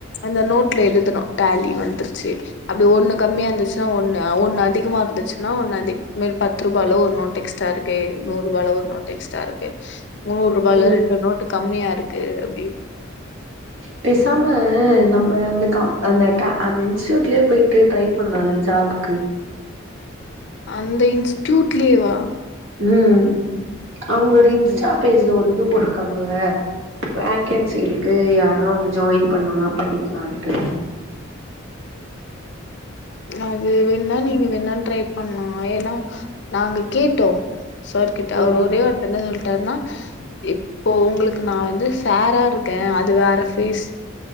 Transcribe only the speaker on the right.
ம்
பேசாம நம்ம அந்த அந்த அந்த இன்ஸ்டூட்லே போயிட்டு ட்ரை பண்ணால ஜாப்க்கு
ம் அவுங்களோட
இன்ஸ்டா பேஜ்ல ஒரு பூ போட்ருக்காங்கள வேகன்சி இருக்கு யாரா வந்து ஜாயின் பண்ணுமா பண்ணிக்கலான்ட்டு
ம்